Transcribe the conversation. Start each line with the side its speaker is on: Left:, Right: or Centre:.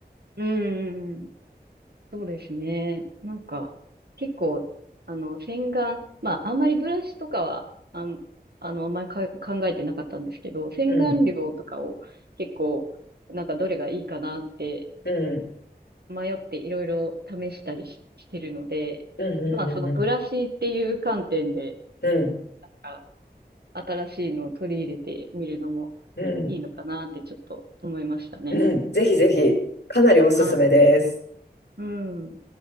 Right: うん。うんうんそうですね。なんか、結構、あの、洗顔、まあ、あんまりブラシとかは、あん、あの、あんまりか考えてなかったんですけど、洗顔料とかを結構、
Left: うん。
Right: なんかどれがいいかなって
Left: うん。
Right: 迷っていろいろ試したりし、してるので、
Left: うん。
Right: まあ、そのブラシっていう観点で、
Left: うん。うん。
Right: あ新しいのを取り入れてみるのも
Left: うん。うん。うん。
Right: いいのかなってちょっと思いましたね。
Left: うんぜひぜひ、かなりおすすめです。
Right: はい。うん。